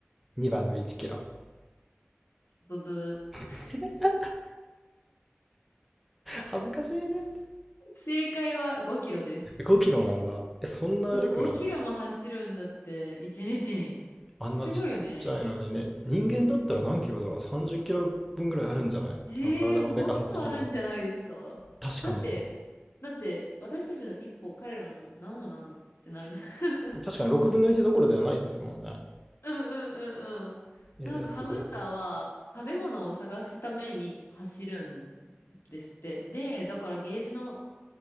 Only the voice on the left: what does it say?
ブブー。
正解は5キロです。
そう、5キロも走るんだって、1日にちに。
すごいよね。
ええもっとあるんじゃないですかだって、
だって、私たちの一歩、彼らの何歩なのってなるじゃん。
<laughs> うんうんうんうん。
なんかハムスターは食べ物を探すために走るん
ですって。で、だからゲージの、